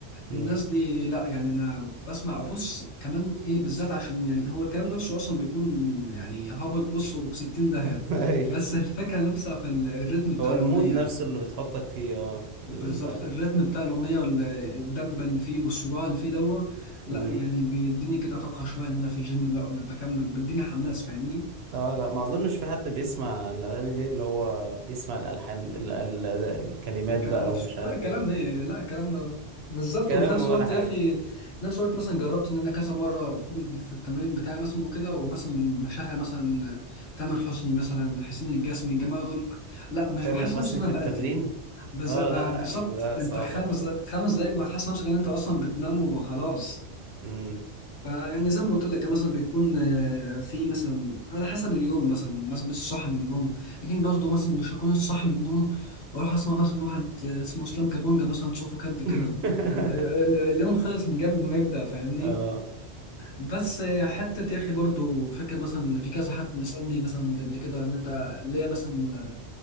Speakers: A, on the right; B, on the left.
A: امم
B: الناس دي لا يعني انا بسمع بص كمان ايه بالذات عشان يعني هو الكلام نفسه اصلا بيكون يعني هابط بص في 60 داهيه
A: <laughs> ايوه
B: بس الفكره نفسها في ال- الريتم بتاع
A: هو المود
B: الاغنيه
A: نفسه اللي بتحطك فيه اه ال...
B: بالظبط الريتم بتاع الاغنيه والدبه اللي فيه والصراع اللي فيه دوت
A: امم
B: لا يعني بيديني كده طاقه شويه ان انا في الجيم لا بكمل وبيديني حماس فاهمني
A: اه لا ما اظنش في حد بيسمع الاغاني دي اللي هو بيسمع الالحان ال... ال... الكلمات
B: الكلام
A: بقى
B: نفسه
A: ومش عارف
B: لا الكلام
A: ايه
B: ايه لا الكلام بالظبط
A: <laughs> كلام
B: وفي نفس
A: ولا
B: الوقت
A: حاجة
B: يا اخي في نفس الوقت مثلا جربت ان انا كذا مره بكون في التمرين بتاعي مثلا وكده ومثلا بشغل مثلا تامر حسني مثلا حسين الجسمي الجماعه دول لا مش
A: تامر
B: بحس
A: حسني
B: نفسي ان
A: في
B: انا
A: التمرين
B: بأدي بز-
A: اه لا
B: بالظبط
A: يا عم لا
B: انت
A: صعب
B: خمس
A: أوي
B: خمس دقايق وهتحس نفسك ان انت اصلا بتنام وخلاص
A: أمم.
B: يعني زي ما قلت لك مثلا بيكون آه، في مثلا على حسب اليوم مثلا مثلا لسه صاحي من النوم لكن برضه مثلا مش هكون لسه صاحي من النوم واروح اسمع مثلا واحد آه، اسمه اسلام كابونجا مثلا صوته كد كده
A: <laughs>
B: آه، ال- اليوم خلص من قبل ما يبدأ فاهمني
A: اه
B: بس آه، حتة يا أخي برضه فكرة مثلا في كذا حد بيسألني مثلا قبل كده إن أنت ليه مثلا